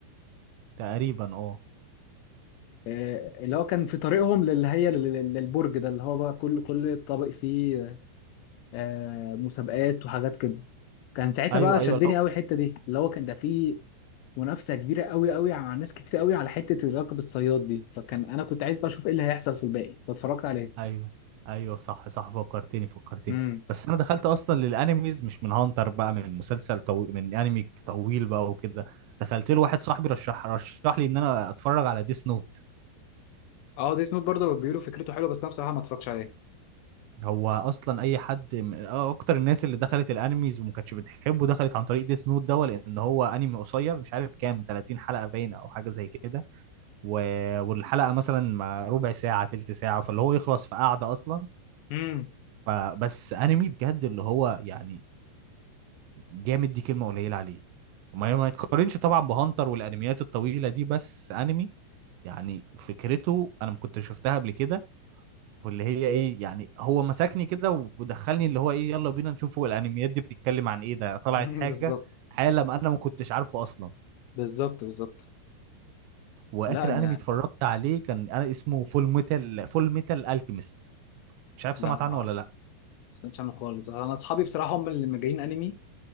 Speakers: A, on the right; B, on the left.
A: تقريبا اه
B: آه، اللي هو كان في طريقهم للي هي لل- لل- للبرج ده اللي هو بقى كل كل طابق فيه آه، مسابقات وحاجات كده كان ساعتها
A: ايوه
B: بقى شدني
A: ايوه لا
B: قوي الحته دي اللي هو كان ده فيه منافسه كبيره قوي قوي مع ناس كتير قوي على حته الراكب الصياد دي فكان انا كنت عايز بقى اشوف ايه اللي هيحصل في الباقي فاتفرجت عليه
A: ايوه ايوه صح صح فكرتني فكرتني
B: امم
A: بس انا دخلت اصلا للانميز مش من هانتر بقى من مسلسل طويل من انمي طويل بقى وكده دخلت له واحد صاحبي رشح رشح لي ان انا اتفرج على ديس نوت
B: اه دي سنوت برضه بيقولوا فكرته حلوه بس انا بصراحه ما اتفرجتش عليه
A: هو اصلا اي حد من آه، اكتر الناس اللي دخلت الانميز وما كانتش بتحبه دخلت عن طريق ديس نوت ده لان هو انمي قصير مش عارف كام 30 حلقه باينه او حاجه زي كده و... والحلقه مثلا ما ربع ساعه تلت ساعه فاللي هو يخلص في قعده اصلا
B: مم.
A: فبس انمي بجد اللي هو يعني جامد دي كلمه قليله عليه ما ما يتقارنش طبعا بهانتر والانميات الطويله دي بس انمي يعني فكرته انا ما كنتش شفتها قبل كده واللي هي ايه يعني هو مسكني كده ودخلني اللي هو ايه يلا بينا نشوفه الانميات دي بتتكلم عن ايه ده طلعت
B: <laughs>
A: حاجه
B: بالظبط
A: عالم انا ما كنتش عارفه اصلا
B: بالظبط بالظبط
A: واخر
B: لا انا
A: انمي اتفرجت عليه كان انا اسمه فول ميتال فول ميتال الكيميست مش عارف
B: لا
A: سمعت
B: ما
A: عنه ولا
B: أس-
A: لا
B: ما سمعتش عنه خالص انا اصحابي بصراحه هم اللي مجانين انمي